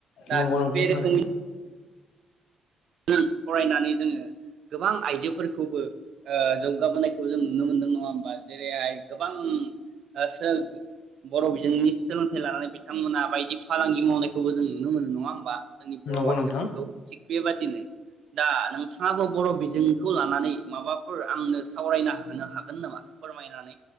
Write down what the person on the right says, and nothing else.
दा
थिग
बे
रोखोमै फरायनानै जोङो गोबां आइजोफोरखौबो ओ जौगाबोनायखौ जों नुनो मोनदों नङा होमबा जेरैहाय गोबां ओ सेल्प बर' बिजोंनि सोलोंथाइ लानानै बिथांमोना बायदि फालांगि मावनायखौबो जों नुनो मोनो, नङा होमबा? जोंनि बर'
आइजोफोरखौ
थिग बे बादिनो दा नोंथाङाबो बर' बिजोंखौ लानानै माबाफोर आंनो सावरायना होनो हागोन नामा फोरमायनानै